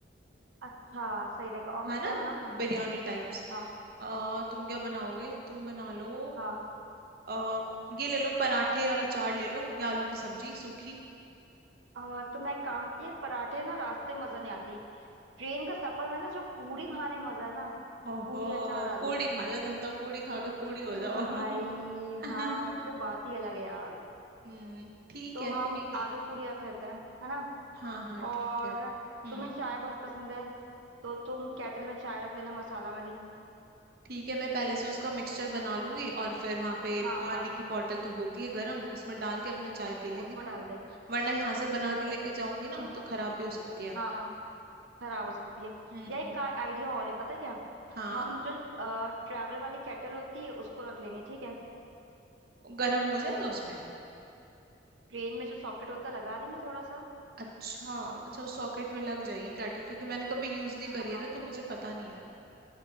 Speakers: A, on the right; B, on the right.
A: अच्छा सही रहेगा और मैं
B: है ना
A: क्या बनाऊँ
B: बिरयानी टाइप्स
A: हाँ
B: आ, तुम क्या बनाओगे तुम बना लो
A: हाँ
B: अ, ये ले लो पराठे और अचार ले लो या आलू की सब्जी सूखी
A: अ, तो मैं काम यार पराठे ना रास्ते मजा नहीं आती ट्रेन का सफर में ना जो पूरी खाने में मजा है ना
B: ओहो
A: पूरी अचार आलू
B: पूरी खा लो तुम तो पूरी खा के पूरी
A: उसकी
B: हो जाओ
A: तो भाई
B: <laughs>
A: हाँ उसकी तो बात ही अलग है यार
B: हम्म ठीक
A: तो
B: है
A: हम
B: कोई नहीं
A: आलू पूरी रख लेते हैं है ना
B: हाँ हाँ
A: और
B: ठीक है हम्म
A: तुम्हें चाय बहुत पसंद है तो तुम केटल में चाय रख लेना मसाला वाली
B: ठीक है मैं पहले से उसका मिक्सचर बना लूंगी और फिर वहां पे
A: हाँ
B: पानी
A: हाँ
B: की बॉटल तो होती है गर्म उसमें डाल के अपना चाय पी लेंगे
A: उसमें डाल देंगे
B: वरना यहाँ से बना
A: ये हो
B: के लेके
A: जाएगा
B: जाऊंगी ना तो खराब भी हो सकती है
A: हाँ खराब हो सकती है
B: हम्म
A: या एक आइडिया और है पता है क्या
B: हाँ
A: हम जो ट्रैवल वाली केटल होती है उसको रख लेंगे ठीक है
B: गर्म हो जाएगा उसमें
A: ट्रेन में जो सॉकेट होता है लगा लेंगे थोड़ा सा
B: अच्छा अच्छा उस सॉकेट में लग जाएगी कैटल क्योंकि मैंने कभी यूज नहीं
A: हाँ
B: करी है ना तो मुझे पता नहीं है